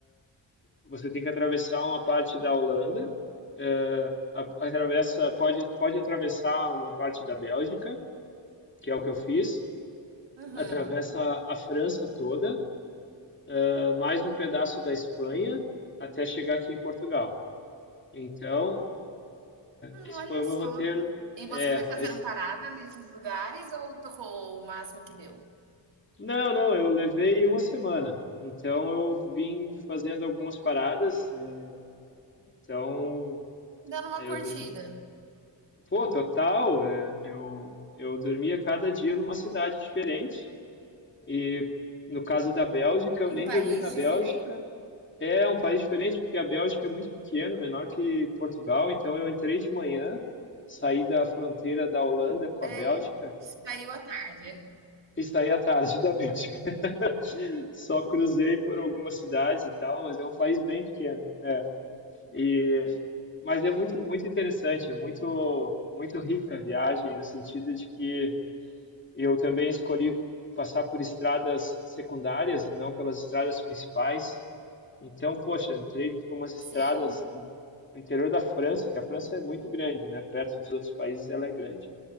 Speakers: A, on the left; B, on the right.
A: você tem que atravessar uma parte da Holanda, eh, a- atravessa, pode, pode atravessar uma parte da Bélgica, que é o que eu fiz,
B: Uhum.
A: atravessa a França toda, eh, mais um pedaço da Espanha, até chegar aqui em Portugal. Então,
B: Ah,
A: esse
B: olha
A: foi o
B: só.
A: meu roteiro.
B: E você
A: É,
B: foi fazendo
A: esse-
B: parada nesses lugares ou tocou o máximo que deu?
A: Não, não, eu levei uma semana. Então, eu vim fazendo algumas paradas. eh, Então,
B: Dando uma
A: é,
B: curtida
A: eu dormi, Pô, total. é, Eu, eu dormia cada dia numa cidade diferente. E no caso da Bélgica,
B: num
A: eu nem
B: país
A: dormi na Bélgica.
B: diferente.
A: É um país diferente porque a Bélgica é muito pequena, menor que Portugal. Então eu entrei de manhã, saí da fronteira da Holanda com
B: É,
A: a Bélgica
B: saiu à tarde.
A: e saí à tarde da Bélgica. <laughs> Só cruzei por algumas cidades e tal, mas é um país bem pequeno. E mas é muito muito interessante, é muito muito rica a viagem no sentido de que Eu também escolhi passar por estradas secundárias, não pelas estradas principais. Então, poxa, entrei por umas estradas
B: Sim,
A: no interior da França, que a França é muito grande, né? Perto dos outros países ela é grande.